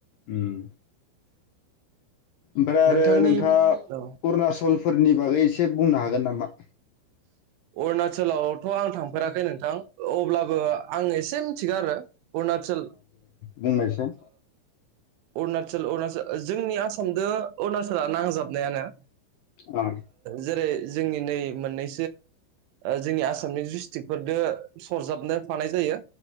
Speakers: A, on the left; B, on the right.
A: उम ओमफ्राय
B: नोंथांनि
A: आरो नोंथाङा अरुणचल
B: औ
A: फुलफोरनि बागै एसे बुंनो हागोन नामा
B: अरुणाचल औ थ' आं थांफेराखै नोंथां अब्लाबो आं एसे मिथिगो आरो अरुणाचल
A: बुंनायसै
B: अरुणचल अरुणचल जोंनि आसामजों अरुणाचला नांजाबनायानो
A: अ
B: जेरै जोंनि नै मोननै जोंनि आसामनि दिसतिकफोरजों सरजाबनो फानाय जायो